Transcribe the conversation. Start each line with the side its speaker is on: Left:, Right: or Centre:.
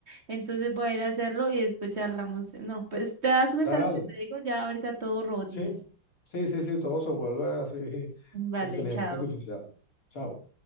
Right: Entonces voy a ir a hacerlo y después charlamos. No, pues te das cuenta
Left: dale.
Right: lo que te digo, ya ahorita todo robotizado.
Left: Sí, sí, sí, sí, todo se vuelve así,
Right: Vale,
Left: <laughs> inteligencia
Right: chao.
Left: artificial. Chao.